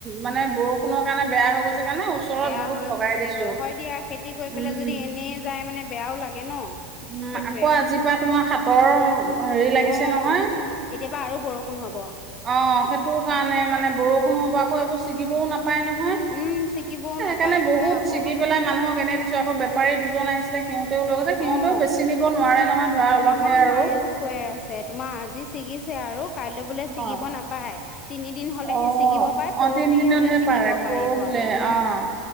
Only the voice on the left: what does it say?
বেয়া
হৈ
গৈছেগৈ
হয় দিয়া খেতি কৰি
পেলাই যদি এনেই যাই মানে বেয়াও লাগে ন?
সেইটোয়ে,
অ এতিয়াবা
আৰু বৰষুণ হ'ব
উম ছিগিবও
নাপায়
হয় আকৌ
অ
আমাৰ
মায়ে ও কৈ আছে তোমাৰ আজি ছিগিছে আৰু কাইলৈ বোলে ছিগিব
নাপায় তিনিদিন হলেহে
চিগিব পাৰে
পৰহিহে
বোলে চিগিব
পাৰিব আৰু উম